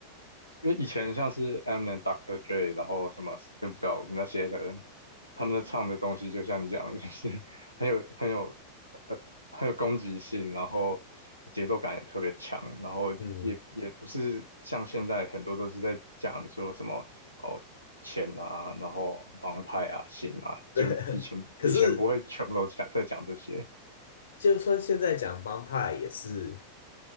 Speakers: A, on the right (about 85°); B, on the left (about 65°).
A: 因为以前像是 Eminem、Dr. Dre，然后什么 Snoop d o g 那些的人，他们的唱的东西就像你讲的，就是很有很有呃很有攻击性，然后节奏感也特别强，然后也也不是像现在很多都是在讲说什么哦。
B: 嗯，
A: 钱啊，然后帮派啊、性啊，
B: <laughs>
A: 就是以前以前不会全部都讲在讲这些，
B: 对。可是就算现在讲帮派也是。